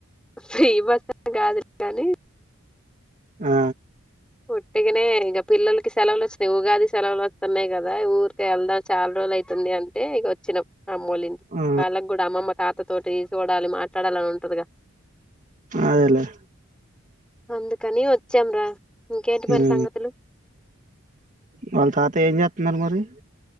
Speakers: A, in the centre; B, on the right (about 35°).
A: ఫ్రీ బస్ అని కాదులే గానీ
B: ఆ
A: ఉట్టిగనే ఇగ పిల్లలకి సెలవులచ్చినాయి ఉగాది సెలవులు వస్తున్నాయి కదా ఊరికి వెళ్దాం చాలా రోజులయి తుంది అంటే ఇగ వచ్చినం మామ్మోళ్ళింటికి
B: ఆ
A: వాళ్ళకి కూడా అమ్మమ్మ తాత తోటి చూడాలి మా ట్లాడాలని ఉంటదిగా
B: అదేలే
A: అందుకని వచ్చాం రా ఇంకేంటి
B: ఉమ్
A: మరి సంగతులు
B: వాళ్ళ తత ఏం జెత్తున్నారు మరి